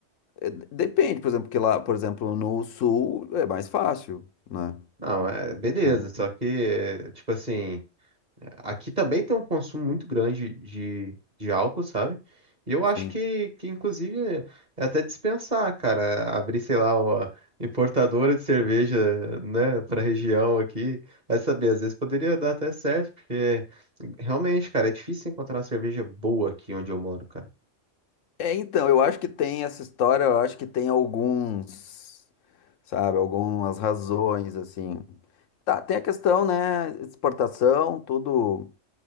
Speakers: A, on the left; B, on the right.
A: é, d- depende, por exemplo, porque lá, por exemplo, no sul é mais fácil, né?
B: Não, é beleza,
A: Hum,
B: só que, é, tipo assim. Aqui também tem um consumo muito grande de, de álcool, sabe? E eu acho
A: Sim.
B: que, que inclusive, é é até dispensar, cara, abrir, sei lá, uma importadora de cerveja, né, pra região aqui. Vai saber, às vezes poderia dar até certo, porque realmente, cara, é difícil encontrar cerveja boa aqui onde eu moro, cara.
A: É, então, eu acho que tem essa história, eu acho que tem alguns, sabe, algumas razões, assim. Tá, tem a questão, né? Exportação, tudo.